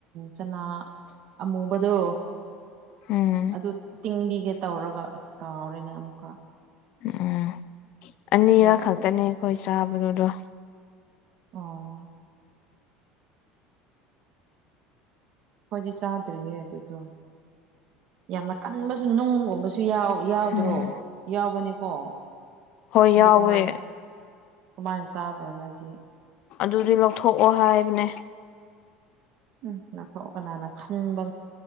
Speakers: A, on the right (about 40°); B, on the left (about 45°).
A: ꯆꯅꯥ꯫ ꯑꯃꯨꯕꯗꯣ꯫
B: ꯎꯝ
A: ꯑꯗꯨ ꯇꯤꯡꯕꯤꯒꯦ ꯇꯧꯔꯒ ꯑꯁ ꯀꯥꯎꯔꯦꯅꯦ ꯑꯃꯨꯛꯀ꯫
B: ꯎꯝ ꯑꯅꯤꯔꯛ
A: ꯑꯗꯨꯁꯨ
B: ꯈꯛꯇꯅꯦ ꯑꯩꯈꯣꯏ ꯆꯥꯕꯗꯨꯗꯣ꯫
A: ꯑꯣ꯫ ꯑꯩꯈꯣꯏꯗꯤ ꯆꯥꯗ꯭ꯔꯤꯌꯦ ꯑꯗꯨꯗꯣ ꯌꯥꯝꯅ ꯀꯟꯕꯁꯨ ꯅꯨꯡꯒꯨꯝꯕꯁꯨ ꯌꯥꯎ ꯌꯥꯎꯗ꯭ꯔꯣ
B: ꯎꯝ
A: ꯌꯥꯎꯕꯅꯦꯀꯣ
B: ꯍꯣꯏ
A: ꯑꯗꯨ
B: ꯌꯥꯎꯋꯦ
A: ꯀꯃꯥꯏꯅ ꯀꯃꯥꯏꯅ ꯆꯥꯕ꯭ꯔꯥ ꯅꯣꯏꯗꯤ
B: ꯑꯗꯨꯗꯤ ꯂꯧꯊꯣꯛꯑꯣ ꯍꯥꯏꯕꯅꯦ
A: ꯎꯝ ꯅꯥꯥꯛꯊꯣꯛ ꯀꯅꯥꯅ ꯈꯟꯕ